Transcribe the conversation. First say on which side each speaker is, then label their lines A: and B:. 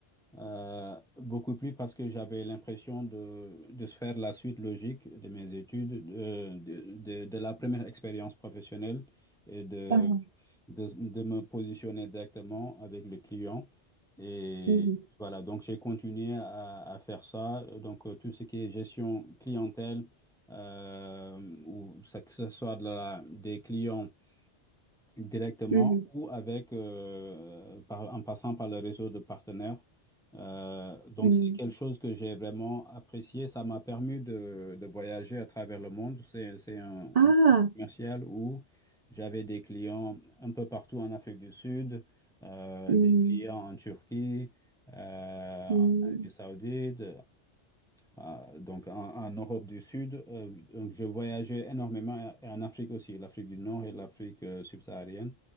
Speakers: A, in the centre; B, on the right.
A: euh, beaucoup plus parce que j'avais l'impression de, de se faire la suite logique de mes études, de, de, de- de la première expérience professionnelle et de,
B: Mhm.
A: de, de me positionner directement avec le client. Et
B: mhm,
A: voilà, donc j'ai continué à, à faire ça. Donc euh, tout ce qui est gestion clientèle, euh, ou ça- que ce soit de la- des clients directement
B: mhm,
A: ou avec euh, par- en passant par le réseau de partenaires. Euh, donc
B: mhm.
A: c'est quelque chose que j'ai vraiment apprécié. Ça m'a permis de, de voyager à travers le monde. C'est, c'est un,
B: Ah,
A: un commercial où j'avais des clients un peu partout en Afrique du Sud, euh,
B: mhm,
A: des clients en Turquie, euh,
B: mhm.
A: en Arabie Saoudite, euh, donc en, en Europe du Sud. Euh, je je voyageais énormément et en Afrique aussi, l'Afrique du Nord et l'Afrique euh, subsaharienne.